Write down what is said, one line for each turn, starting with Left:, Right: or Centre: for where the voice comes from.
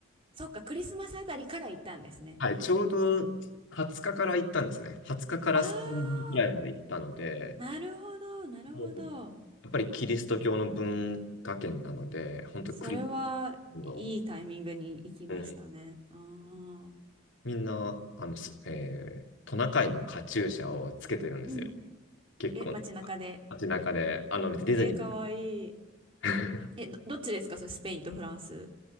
Right: そっか、クリスマスあたりから行ったんですね。
Left: はい、ちょうど20日かから行ったんですね。20日かから30日ぐらいまで行ったので、
Right: あー、なるほど、なるほど。
Left: もうやっぱりキリスト教の文化圏なので、本当クリスチ
Right: それはいいタイミングに行きましたね。
Left: ャンの、うん、
Right: ああ。
Left: みんな、あの、すえートナカイのカチューシャをつけてるんですよ。
Right: うん。
Left: 結構、
Right: え、街中で。
Left: 街中で、あの、別にディズニー。
Right: えー、かわいい。
Left: <laughs>
Right: え、ど、どっちですかそれスペインとフランス。